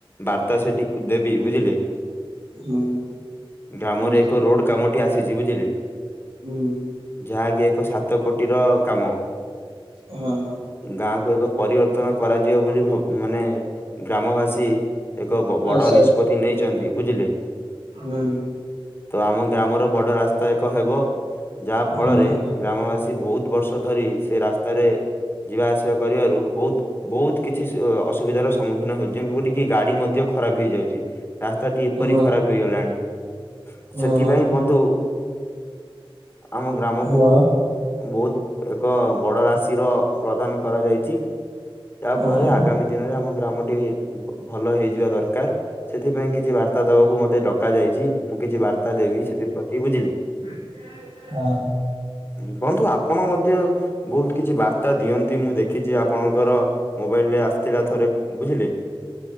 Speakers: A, on the left (about 25°); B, on the right (about 85°).
A: ବାର୍ତ୍ତା ସେଠି ଦେବି ବୁଝିଲେ
B: ହୁଁ
A: ଗ୍ରାମରେ
B: ହୁଁ
A: ଏକ ରୋଡ କାମଟି ଆସିଛି ବୁଝିଲେ
B: ହୁଁ <unintelligible>
A: ଯାହାକି ଏକ ସାତ କୋଟିର କାମ।
B: ହଁ
A: ଗାଁକୁ ଏକ ପରିବର୍ତ୍ତନ କରାଯିବ ବୋଲି ଭ ମାନେ ଗ୍ରାମବାସୀ ଏକ ବ ବଡ
B: ଆଚ୍ଛା
A: ନିଷ୍ପତ୍ତି
B: ଆଚ୍ଛା
A: ନେଇଛନ୍ତି ବୁଝିଲେ
B: ହୁଁ।
A: ତ ଆମ ଗ୍ରାମର ବଡ ରାସ୍ତା ଏକ ହେବ। ଯାହା ଫଳରେ
B: ହଁ
A: ଗ୍ରାମବାସୀ ବହୁତ ବର୍ଷ ଧରି ସେ ରାସ୍ତାରେ ଯିବା ଆସିବା କରିବାରୁ ବହୁତ ବହୁତ କିଛି ଅସୁବିଧାର ସମ୍ମୁଖୀନ ହଉଛି। ଯେପରିକି ଗାଡି ମଧ୍ୟ ଖରାପ ହେଇଯାଉଛି। ରାସ୍ତାଟି ଏପରି
B: ହଁ
A: ଖରାପ ହେଇଗଲାଣି।
B: ହଁ
A: ସେଥିପାଇଁ ବନ୍ଧୁ ଆମ ଗ୍ରାମକୁ
B: ହଁ
A: ବହୁତ ଏକ ବଡ ରାଶିର ପ୍ରଦାନ କରାଯାଇଛି। ଯାହା
B: ହଁ
A: ଫଳରେ ଆଗାମୀ ଦିନରେ ଆମ ଗ୍ରାମଟି ଭଲ ହେଇଯିବା ଦରକାର। ସେଥିପାଇଁ କିଛି ବାର୍ତ୍ତା ଦବାକୁ ମତେ ଡକା ଯାଇଛି। ମୁଁ କିଛି ବାର୍ତ୍ତା ଦେବି ସେଥିପ୍ରତି ବୁଝିଲେ।
B: ହଁ <unintelligible>
A: ବନ୍ଧୁ ଆପଣ ମଧ୍ୟ ବହୁତ କିଛି ବାର୍ତ୍ତା ଦିଅନ୍ତି। ମୁଁ ଦେଖିଛି ଆପଣଙ୍କର ମୋବାଇଲ ରେ ଆସିଥିଲା ଥରେ ବୁଝିଲେ।